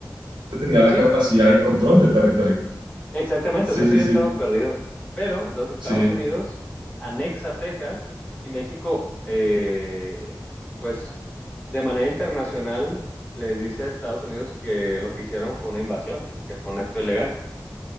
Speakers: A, on the right (about 80°); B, on the left (about 20°).
A: no tenía la
B: Sí,
A: capacidad de control de territorio.
B: Exactamente,
A: Sí,
B: o sea, eso
A: sí,
B: ya
A: sí,
B: estaba perdido. Pero entonces Estados
A: sí,
B: Unidos anexa Texas y México, eh, pues de manera internacional, les dice a Estados Unidos que lo que hicieron fue una invasión, que fue un acto ilegal.